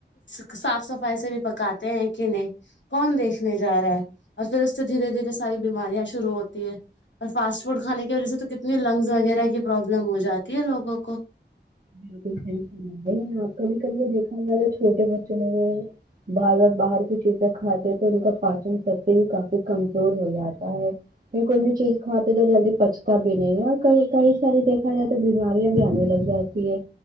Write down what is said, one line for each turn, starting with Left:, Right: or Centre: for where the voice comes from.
Left: ک صاف صفائی سے بھی پکاتے ہیں کہ نہیں کون دیکھنے جا رہا ہے اور پھر اس سے دھیرے دھیرے ساری بیماریاں شروع ہوتی ہے اور فاسٹ فوڈ کھانے کی وجہ سے تو کتنی لنگس وغیرہ کی پروابلم ہو جاتی ہے لوگوں کو
Right: بالکل صحی آپ کبھی کبھی دیکھا ہوگا تو چھوٹے بچوں نے <unintelligible> باہر باہر کی چیزیں کا تو ان کا پاچن تنتر بھی کافی کمزور ہو جاتا ہے کی کوئی بھی چیز کھواتے تو جلدی پچتا بھی نہیں ہے اور کئی کئی ساری دیکھا جائے تو بیماریاں بھی آنے لگ جاتی ہے